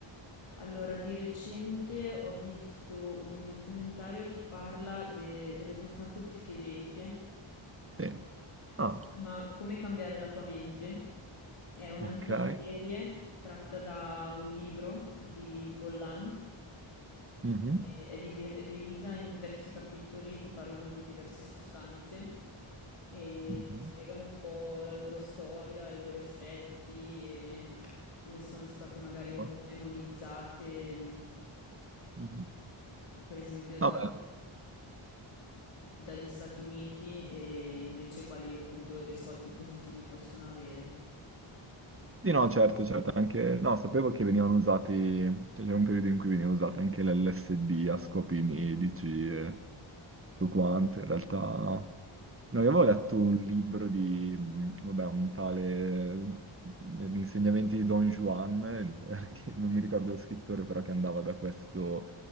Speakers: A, on the left; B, on the right.
A: Allora, di recente ho visto un documentario che parla de- delle sostanze psichedeliche.
B: Sì. Ah,
A: Si chiama Come cambiare la tua mente. È una
B: ok.
A: miniserie tratta da un libro di Pollan
B: Mhm.
A: e- è, divi- è divisa in diversi capitoli che parlano di diverse sostanze e
B: Mhm.
A: ti spiegano un po' la loro storia, i loro effetti e come sono state magari un
B: Oh,
A: po' demonizzate, mh,
B: mhm.
A: per esempio da-
B: No, beh,
A: dagli Stati Uniti e invece quali appunto risvolti positivi possono avere.
B: sì, no, certo, certo. Anche, no, sapevo che venivano usati, cioè c'era un periodo in cui veniva usata anche l'LSD a scopi medici e tutto quanto. In realtà, no, io avevo letto un libro di, mh, vabbè, un tale, gli insegnamenti di Don Juan, il- <laughs> che non mi ricordo lo scrittore, però che andava da questo